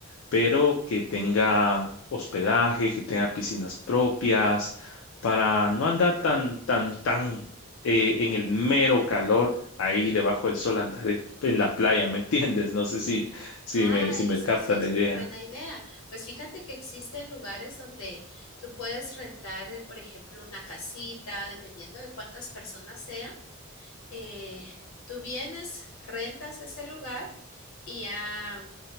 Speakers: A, on the left; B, on the left.
A: pero que tenga hospedaje, que tenga piscinas propias, para no andar tan, tan, tan eh, en el mero calor. Ahí debajo del sol andar en la playa, ¿me entiendes? No sé si, si
B: Ah,
A: me, si
B: eso
A: me capta
B: sí es
A: la idea.
B: muy buena idea. Pues fíjate que existen lugares donde tú puedes rentar, eh, por ejemplo, una casita, dependiendo de cuántas personas sean. eh, tú vienes, rentas ese lugar y ya